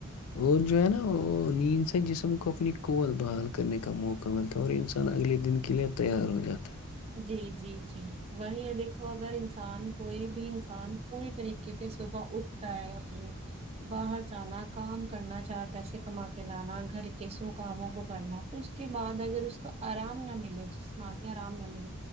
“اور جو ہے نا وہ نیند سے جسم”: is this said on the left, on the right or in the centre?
Left